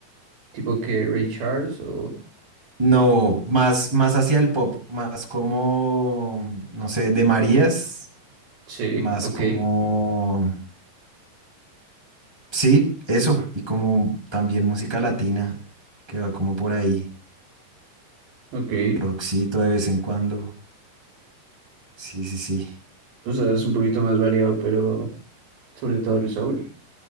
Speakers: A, on the right; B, in the centre.
A: tipo que Ray Charles o...
B: No, más, más hacia el pop, más como, no sé, de Marías.
A: Sí,
B: más
A: ok,
B: como, sí, eso, y como también música latina, que va como por ahí,
A: ok.
B: rockcito de vez en cuando, sí, sí, sí,
A: O sea, es un poquito más variado, pero sobre todo el soul